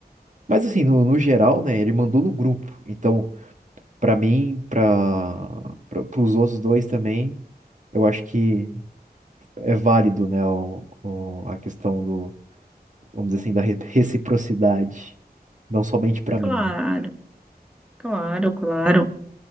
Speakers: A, on the right; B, in the centre.
A: Mas assim, no, no geral, né? Ele mandou no grupo. Então, pra mim, para os outros dois também, eu acho que é válido, né? O, o- a questão do, vamos dizer assim, da re- reciprocidade. Não somente pra
B: Claro,
A: mim.
B: claro, claro.